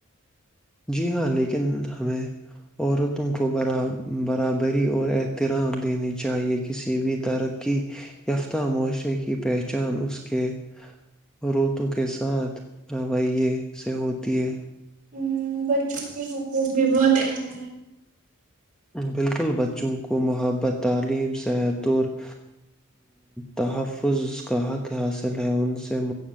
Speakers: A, in the centre; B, on the right.
A: جی ہاں لیکن ہمیں عورتوں کو بر برابری اور احترام دینی چاہیے کسی بھی ترقی یافتہ معاشرے کی پہچان اس کے عورتوں کے ساتھ رویے سے ہوتی ہے
B: ا بچوں کے حقوق بھی بہت اہم ہے
A: بالکل بچوں کو محبت تعلیم صحت اور ا تحفظ کا حق حاصل ہے ان سے